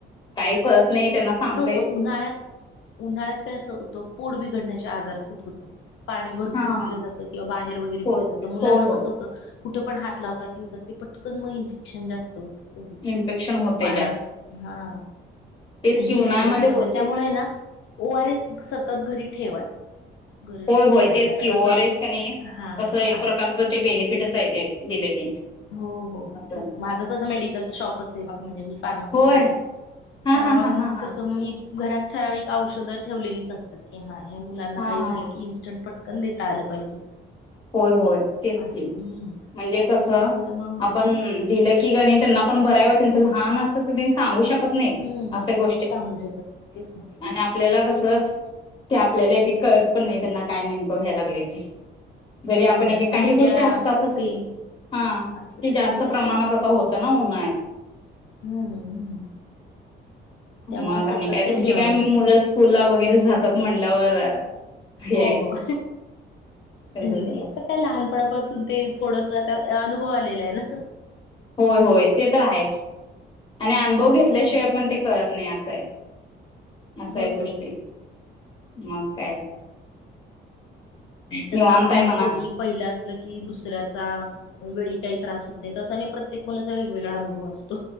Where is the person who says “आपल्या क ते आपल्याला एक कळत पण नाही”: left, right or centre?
Left